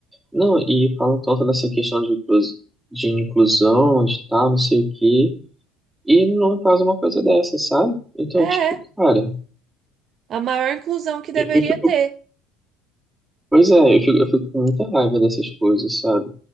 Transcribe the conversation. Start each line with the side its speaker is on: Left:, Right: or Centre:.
Centre: Não, e falam tanto dessa questão de, inclus- de inclusão, de tal, não sei o quê, e não faz uma coisa dessa, sabe? Então,
Right: É,
Centre: tipo, cara,
Right: a maior inclusão que deveria
Centre: eu, eu fico,
Right: ter.
Centre: pois é, eu fico, eu fico com muita raiva dessas coisas, sabe?